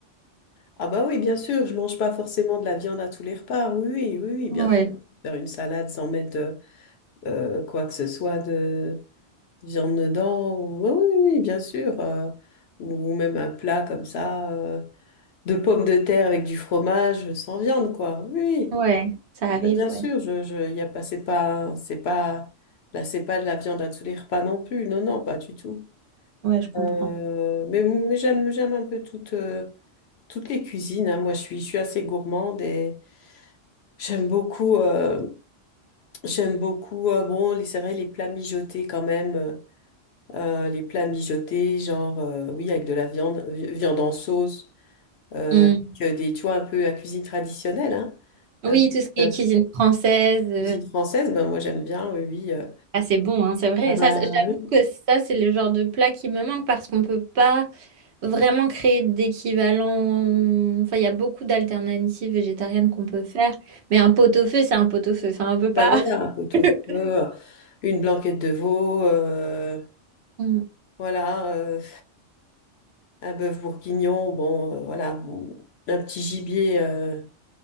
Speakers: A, on the left; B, on the right.
A: Ah bah oui, bien sûr, je mange pas forcément de la viande à tous les repas. Oui, oui, oui, oui, bien
B: Ouais,
A: sûr. Faire une salade sans mettre euh, euh, quoi que ce soit de viande dedans. ou- Oui, oui, oui, bien sûr. euh, ou même un plat comme ça. euh, de pommes de terre avec du fromage sans viande, quoi. Oui,
B: ouais, ça
A: bah,
B: arrive,
A: bien sûr,
B: ouais.
A: je, je, y a pas, c'est pas, c'est pas, là, c'est pas de la viande à tous les repas non plus. Non, non, pas du tout.
B: Ouais, je comprends.
A: Euh, mais mais j'aime, j'aime un peu toutes, euh, toutes les cuisines. hein. Moi, je suis, je suis assez gourmande et j'aime beaucoup, euh, j'aime beaucoup, euh, bon, les- c'est vrai, les plats mijotés quand même. euh, les plats mijotés, genre, euh, oui, avec de la viande, vi- viande en sauce. euh,
B: Mm.
A: avec des, tu vois, un peu à cuisine traditionnelle, hein, avec
B: Oui, tout ce qui
A: euh,
B: est cuisine française. euh,
A: cuisine française, ben moi j'aime bien, oui, oui. euh.
B: Ah, c'est bon, hein, c'est vrai.
A: Ah
B: Ça,
A: bah,
B: c'est- j'avoue
A: oui.
B: que ça, c'est le genre de plat qui me manque parce qu'on peut pas vraiment créer d'équivalent. Enfin, il y a beaucoup d'alternatives végétariennes qu'on peut faire. Mais un pot-au-feu, c'est un pot-au-feu. Enfin, on peut
A: Bah
B: pas.
A: voilà, un pot
B: <laughs>
A: au feu, une blanquette de veau, euh,
B: Mm.
A: voilà, euh, un bœuf bourguignon, bon, euh, voilà, bon, un petit gibier euh,